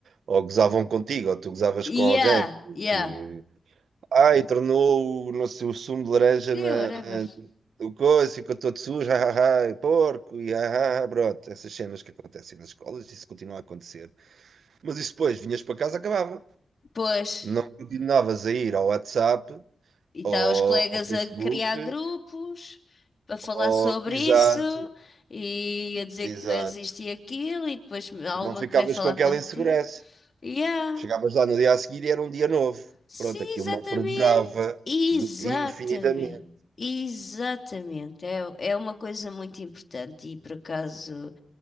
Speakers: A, on the right (about 80°); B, on the left (about 50°).
A: ou gozavam contigo, ou tu gozavas
B: Yeah,
A: com alguém, porque
B: yeah.
A: ai, tornou o, não sei, o sumo de laranja
B: Yeah,
A: na
B: whatever.
A: o coisa, ficou todo sujo, ah, ah, ah, porco, e ah, ah, ah", pronto, essas cenas que acontecem nas escolas, isso continua a acontecer. Mas isso depois, vinhas para casa, acabava.
B: Pois,
A: Não continuavas a ir ao WhatsApp,
B: e está
A: ou
B: os colegas
A: ao Facebook,
B: a criar grupos, a falar
A: ou
B: sobre
A: exato.
B: isso, e a dizer
A: Exato.
B: que tu és isto e aquilo, e depois há
A: Não
B: uma
A: ficavas
B: que vem falar
A: com aquela
B: contigo.
A: insegurança.
B: Yeah.
A: Chegavas lá no dia a seguir e era um dia novo.
B: Sim,
A: Pronto, aquilo
B: exatamente.
A: não perdurava
B: Exatamente.
A: de- infinitamente.
B: Exatamente. É, é uma coisa muito importante e por acaso